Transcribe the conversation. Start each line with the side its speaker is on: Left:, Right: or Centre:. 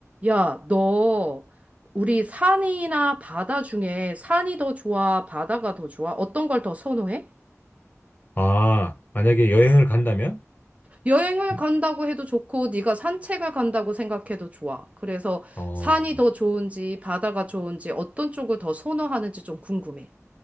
Right: 야, 너 우리 산이나 바다 중에 산이 더 좋아, 바다가 더 좋아? 어떤 걸 더 선호해?
Left: 아, 만약에 여행을 간다면?
Right: 여행을
Left: 음,
Right: 간다고 해도 좋고, 네가 산책을 간다고 생각해도 좋아. 그래서
Left: 어,
Right: 산이 더 좋은지, 바다가 좋은지, 어떤 쪽을 더 선호하는지 좀 궁금해.